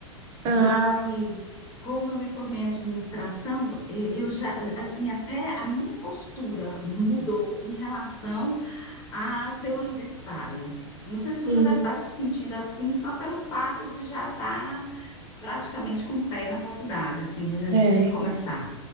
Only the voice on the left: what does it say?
mas
como eu me formei em administração, eh, eu já, assim, até a minha postura mudou em relação a ser universitária. Eu não sei se você
está se sentindo assim, só pelo fato de já estar praticamente com o pé na faculdade, assim, de,
de começar.